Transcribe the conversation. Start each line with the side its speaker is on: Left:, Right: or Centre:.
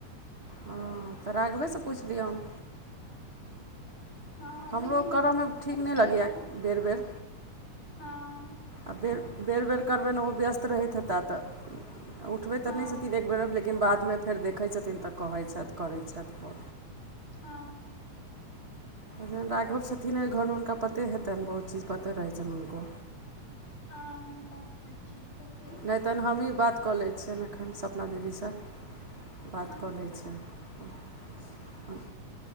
Right: हँ तऽ राघवे सँ पुछ लियौन
Left: हँ
Right: हमरो
Left: लेकिन
Right: करय में ठीक
Left: पूछि
Right: नहि लगैए
Left: लेबनि
Right: बेर बेर
Left: हँ
Right: आ बेर बेर बेर करबैन ओहो व्यस्त रहैत हेताह तऽ उठबै
Left: हँ
Right: तऽ नहि छथिन एक बेर लेकिन लेकिन बादमें फेर देखै छथिन तऽ कहैत छथ करै छथ
Left: हँ
Right: न राघव छथिन ओहि घरमे हुनका पते हेतनि बहुत चीज पते रहैत छनि हुनको
Left: हँ हुनका चपत
Right: नहि तहन हम हीँ बात कऽ लै छियअन एखन सपना दीदी स बात
Left: हँ
Right: कऽ लै छै हँ